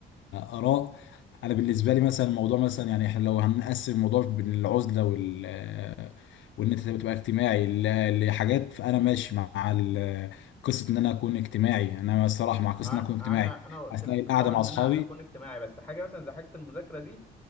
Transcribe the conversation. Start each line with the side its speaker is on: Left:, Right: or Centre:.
Left: اراء انا
Centre: مم.
Left: بالنسبه لي مثلا الموضوع مثلا يعني احنا لو هنقسم الموضوع بين العزله وال آه، وان انت تبقى اجتماعي ل- لحاجات فانا ماشي مع ال- قصه ان انا اكون اجتماعي انا الصراحه مع قصه
Centre: ع-
Left: ان انا اكون اجتماعي
Centre: انا انا قلت
Left: اثناء
Centre: لك
Left: القعده
Centre: في الاول
Left: مع
Centre: ان
Left: اصحابي
Centre: انا اكون اجتماعي بس حاجه مثلا زي حاجه المذاكره دي